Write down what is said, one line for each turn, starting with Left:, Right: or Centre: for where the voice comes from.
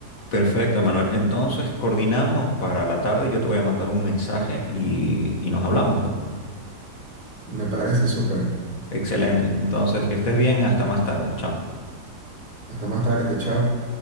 Left: Perfecto, Manuel. Entonces coordinamos para la tarde, yo te voy a mandar un mensaje y, y nos hablamos, pues.
Right: Me parece súper.
Left: Excelente. Entonces, que estés bien, hasta más tarde. Chao.
Right: Hasta más tarde, chao.